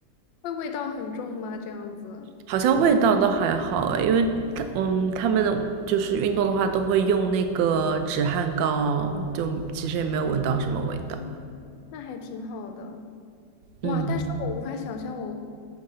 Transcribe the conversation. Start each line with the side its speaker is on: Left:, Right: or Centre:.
Left: 会味道很重吗？这样子，
Right: 好像味道倒还好诶因为他嗯，他们就是运动的话都会用那个止汗膏，就其实也没有闻到什么味道。
Left: 嗯，那还挺好的。哇！
Right: 嗯，
Left: 但是我无法想象我